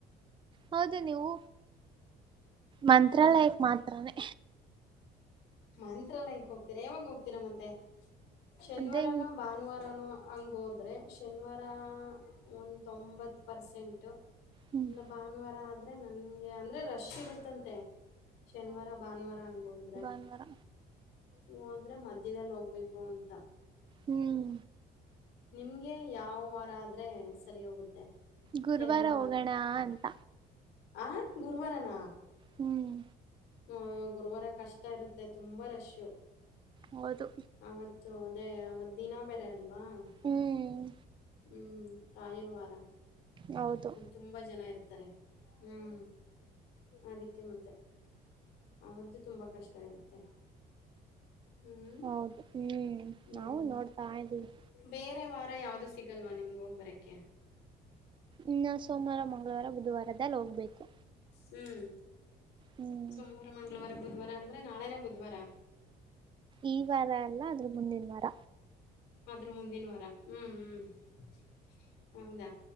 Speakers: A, on the right (about 30°); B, on the left (about 80°).
A: ಹೌದು ನೀವು ಮಂತ್ರಾಲಯಕ್ಮಾತ್ರಾನೇ
B: ಹ್ಞೂ ಮಂತ್ರಾಲಯಕ್ಕ್ ಹೋಗ್ತೀರಾ ಯಾವಾಗ ಹೋಗ್ತೀರಾ ಮತ್ತೆ? ಶನ್ವಾರನೋ
A: ಅದೇ
B: ಭಾನ್ವಾರನೋ ಹಂಗೋದ್ರೆ ಶನಿವಾರ ಒಂದೊಂಬತ್ತ್ ಪರ್ಸೆಂಟು.
A: ಹ್ಮ್
B: ಇಲ್ಲ ಭಾನುವಾರ ಆದ್ರ್ ಅದೆ ನನ್ಗೆ ಅಂದ್ರೆ ರಶ್ ಇರುತ್ತಂತೆ. ಶನಿವಾರ ಭಾನುವಾರ ಹಂಗೋದ್ರೆ
A: ಎಲ್ಲರ
B: ಹೋದ್ರ ಮಧ್ಯದಲ್ಲಿ ಹೋಗ್ಬೇಕು ಅಂತ
A: ಹ್ಮ್
B: ನಿಮ್ಗೆ ಯಾವ್ ವಾರ ಆದ್ರೆ ಸರಿ ಹೋಗುತ್ತೆ.
A: ಗುರುವಾರ
B: ಶನಿವಾರ
A: ಹೋಗೋಣ ಅಂತ
B: ಹ ಗುರುವರನ
A: ಹ್ಮ್
B: ಹ್ಮ ಗುರುವಾರ ಕಷ್ಟ ಇರುತ್ತೆ ತುಂಬಾ ರಶ್ಶು. <unintelligible>
A: ಹೌದು
B: ಅವತ್ತು ಅದೇ ಅವತ್ ದಿನ ಬೇರೆ ಅಲ್ವಾ <unintelligible>
A: ಹ್ಮ್
B: ಹ್ಮ್ ರಾಯರ್ವಾರ
A: ಹೌದು
B: ತುಂಬಾ ಜನ ಇರ್ ರ್ತಾರೆ ಹ್ಮ್ ಅದಿಕ್ಕೆ ಮತೆ ಅವತ್ತು ತುಂಬಾ ಕಷ್ಟ ಇರುತ್ತೆ. ಹ್ಮ್
A: ಹೌದು ಹ್ಮ್
B: ಹ್ಮ್
A: ನಾವು ನೋಡ್ತಾ ಇದ್ದೀವಿ.
B: ಬೇರೆ ವಾರ ಯಾವ್ದು ಸಿಗಲ್ವಾ ನಿಮ್ಗೆ ಹೋಗ್ಬರಕ್ಕೆೆ
A: ಇನ್ನ ಸೋಮವಾರ ಮಂಗಳವಾರ ಬುಧವಾರದಲ್ಲಿ ಹೋಗ್ಬೇಕು.
B: ಹ್ಮ್
A: ಹ್ಮ್
B: ಸೋಮವಾರ ಮಂಗಳವಾರ ಬುಧವಾ ಅಂದ್ರೆ ನಾಳೇನೇ ಬುಧ್ವಾರ
A: ಈ ವಾರ ಅಲ್ಲ ಅದ್ರ ಮುಂದಿನ ವಾರ.
B: ಆದ್ರ ಮುಂದಿನ ವಾರ ಹ್ಮ್ ಹ್ಮ್ <unintelligible> ಹೌದ